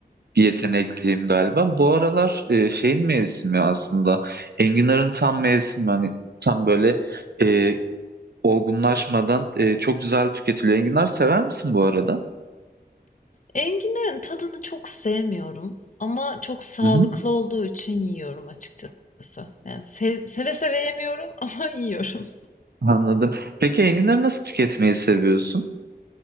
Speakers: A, on the right (about 70°); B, on the left (about 50°).
A: bir yetenekliyim galiba. Bu aralar e, şeyin mevsimi aslında. Enginar'ın tam mevsimi hani tam böyle e, olgunlaşmadan e, çok güzel tüketiliyor. Enginar sever misin bu arada?
B: Enginlerin tadını çok sevmiyorum ama çok sağlıklı
A: Hı hı,
B: olduğu için yiyorum açıkçası. Yani sev- seve seve yemiyorum <laughs> ama yiyorum.
A: anladım. Peki enginarı nasıl tüketmeyi seviyorsun?